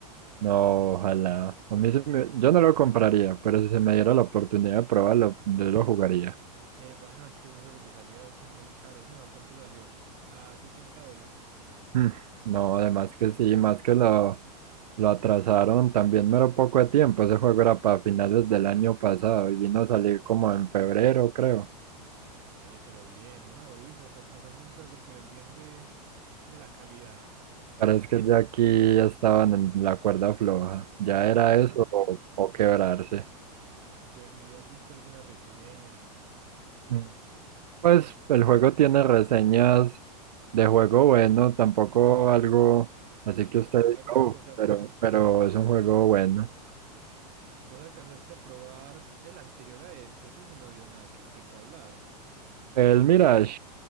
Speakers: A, on the right; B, on the right.
A: No, ojalá. A mí sí me- yo no lo compraría, pero si se me diera la oportunidad de probarlo, yo lo jugaría.
B: Eh, bueno, es que esos juegos de salida son muy caros, ¿no? ¿A cuánto salió? A 70 dólares.
A: Mm, No, además que sí, más que lo... Lo atrasaron también mero poco de tiempo. Ese juego era para finales del año pasado y vino a salir como en febrero, creo.
B: Eh, pero bien, ¿no? Ubisoft atrasando un juego por el bien de, de la calidad.
A: Parece que ya aquí estaban en la cuerda floja. Ya era
B: <laughs>
A: eso o, o quebrarse.
B: Bueno, ¿y has visto alguna reseña?
A: Mm. Pues el juego tiene reseñas de juego bueno, tampoco algo así
B: Si no,
A: que usted
B: no es la
A: diga,
B: gran
A: "Uh",
B: cosa,
A: pero,
B: pues.
A: pero es un juego bueno.
B: Vos alcanzaste a probar el anterior a este, ese sí no dio nada que- de qué hablar.
A: El Mirage,